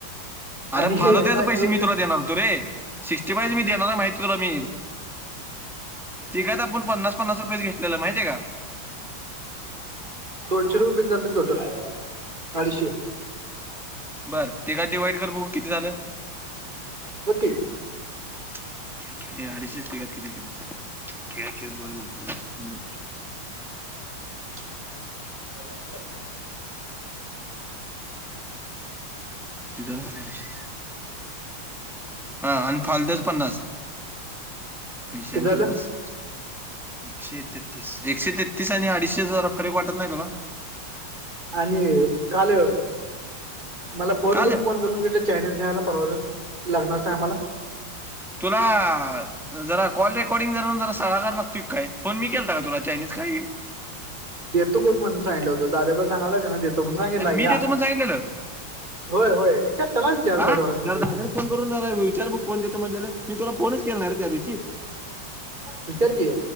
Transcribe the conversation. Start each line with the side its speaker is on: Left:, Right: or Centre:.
Centre: अरे
Right: आणि
Centre: फालुद्याच
Right: एकदा
Centre: पैशे
Right: एक
Centre: मी तुला देणार अरे सिक्सटीफायच मी देणार आहे माहित आहे तुला मी ते पण पन्नास पन्नास रुपयचं घेतलेल माहिती आहे का?
Right: दोनशे रुपये बिल झालत टोटल, अडीचशे.
Centre: बर, तिघात डिवाइड कर बघु किती झालं?
Right: बघ कि,
Centre: <unintelligible>
Right: <unintelligible>
Centre: धलच रे मश <unintelligible> हा आणि फालुद्याच पन्नास, ऐंशी
Right: ते
Centre: आणि
Right: झालं
Centre: पन्नास एकशे तेतीस, एकशे तेतीस आणि अडीचशे च जरा फरक वाटत नाही तुला?
Right: आणि काल मला फोन
Centre: काल
Right: करून कोण बोलवुन घेतल चायनीज खायला परवा लग्नाच्या टायमाला?
Centre: तुला जरा कॉल रेकॉर्डिंग करुन जरा सगळा कर ना. ठिक आहे. फोन मी केलता काय तुला चायनीज खायला ये.
Right: देतो कोण म्हणून सांगितलं होत. दाद्या पण सांगालाय की नाही देतो. म्हणून सांगितलाया.
Centre: मी देतो म्हणून सांगितलेलं
Right: होय होय विचार त्याला विचार
Centre: हा
Right: खोट वाटत
Centre: जरा
Right: असेल तर.
Centre: दादाला फोन करून जरा विचार बघु कोण देतो म्हणलेल. मी तुला फोनच केला नाही रे त्या दिवशी.
Right: विचार कि.